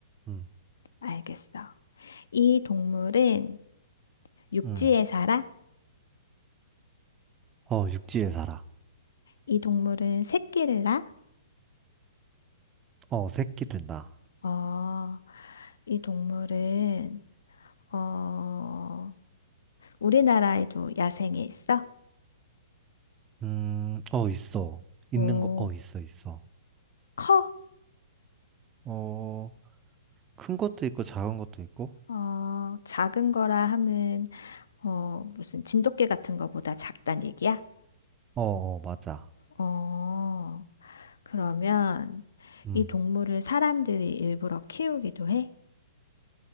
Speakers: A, on the right; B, on the left.
A: 음,
B: 알겠어. 이 동물은 육지에
A: 음,
B: 살아?
A: 어, 육지에 살아.
B: 이 동물은 새끼를 낳아?
A: 어, 새끼를 낳아.
B: 어, 이 동물은, 어, 우리나라에도 야생에 있어?
A: 음, 어, 있어. 있는
B: 오,
A: 거, 어, 있어, 있어.
B: 커?
A: 어, 큰 것도 있고, 작은 것도 있고.
B: 어, 작은 거라 하면, 어, 무슨 진돗개 같은 거보다 작단 얘기야?
A: 어, 어, 맞아.
B: 어, 그러면
A: 음,
B: 이 동물을 사람들이 일부러 키우기도 해?